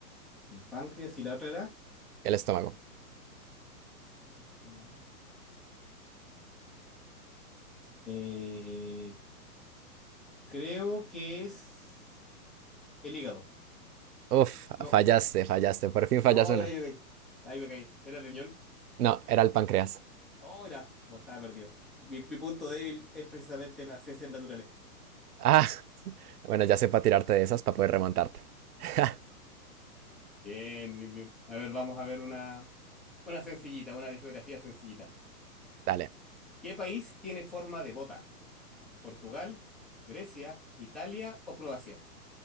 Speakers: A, in the centre; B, on the right (about 70°).
A: el páncreas y la otra era.
B: El estómago.
A: El estómago. Eh, creo que es el hígado.
B: Uf,
A: No.
B: fallaste, fallaste. Por fin
A: Oh,
B: fallas
A: ahí
B: una.
A: me caí. Ahí me caí. Era el riñón.
B: No, era el páncreas.
A: Oh, mira, no, estaba perdido. Mi, mi punto débil es precisamente las ciencias naturales.
B: Ah, bueno, ya sé para tirarte de esas para poder remontarte. <laughs>
A: Bien, bien, bien. A ver, vamos a ver una. Una sencillita, una de geografía sencillita.
B: Dale.
A: ¿Qué país tiene forma de bota? ¿Portugal, Grecia, Italia o Croacia?